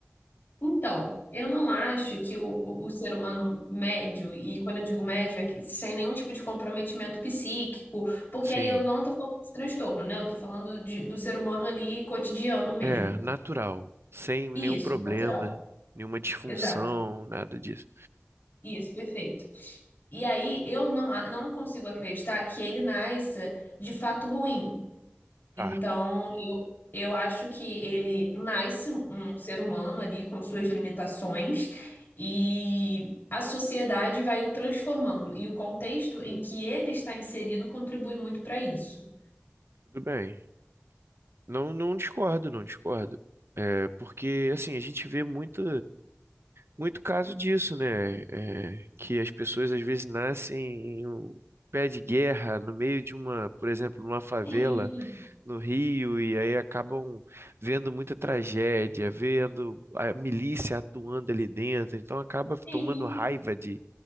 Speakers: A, on the left; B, on the right.
A: Então, eu não acho que o, o, o ser humano médio, e quando eu digo médio é que sem nenhum tipo de comprometimento psíquico, porque
B: Sim,
A: aí eu não tô falando de transtorno, né? Eu tô falando de- do ser humano ali cotidiano mesmo.
B: é natural, sem nenhum
A: Isso,
B: problema,
A: natural.
B: nenhuma disfunção,
A: Exato.
B: nada disso.
A: Isso, perfeito. E aí eu não, a- não consigo acreditar que ele nasça de fato ruim.
B: Tá,
A: Então, eu, eu acho que ele nasce um um ser humano ali com suas limitações e a sociedade vai o transformando. E o contexto em que ele está inserido contribui muito para isso.
B: tudo bem. Não, não discordo, não discordo. É, porque, assim, a gente vê muito. muito caso disso, né? É, que as pessoas às vezes nascem em um pé de guerra, no meio de uma, por exemplo, numa favela
A: Sim,
B: no Rio, e aí acabam vendo muita tragédia, vendo a milícia atuando ali dentro, então acaba
A: sim,
B: tomando raiva de,